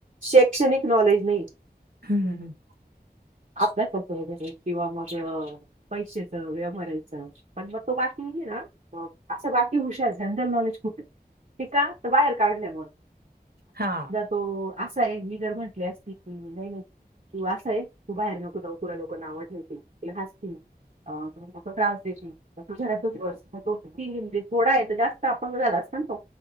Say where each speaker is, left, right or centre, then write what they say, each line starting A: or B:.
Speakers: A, on the right; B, on the right.
A: शैक्षणिक नॉलेज नाहीये.
B: हम्म हम्म हं.
A: अभ्यासाचे वगैरे, किंवा मग पैशाचं व्यवहाराचं, पण मग तो बाकी हा, असं बाकी हुशार जनरल नॉलेज खूप आहे,, ते का? तर बाहेर काढल्या मुळं.
B: हा.
A: तो असाय, एक लिडर म्हटले असतील, की नाई नाही तू अस आहेस, तू बाहेर नको जाऊ तुला लोकं नावं ठेवतील, तुला हासतील. त्रास द्याची तु <unintelligible> तो थोडा आहे तर जास्त आपंग झाला आसता ना तो.